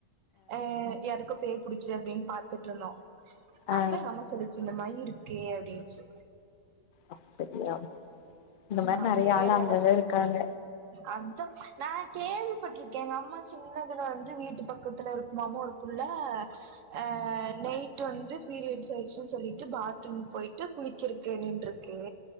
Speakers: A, on the right; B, on the left.
A: ஆ யாருக்கோ பே புடிச்ச அப்டின் பாத்துட்ருந்தோ
B: ஆ
A: அப்ப எங்கம்மா சொன்னுச்சு இந்த மாய் இருக்கு அப்டின்ச்சு
B: அப்படியா இந்த மாரி
A: நம்ம
B: நறையா
A: ஏரியால
B: ஆளு அங்கங்க இருக்காங்க
A: அதா நா கேள்விப்பட்ருக்கே எங்கம்மா சின்னதுல வந்து வீட்டு பக்கத்துல இருக்குமாமா ஒரு புள்ள ஆ நைட்டு வந்து பீரியட்ஸ் ஆய்ச்சுன் சொல்லிட்டு பாத்ரூம் போயிட்டு குளிக்கிருக்கு நின்ருக்கு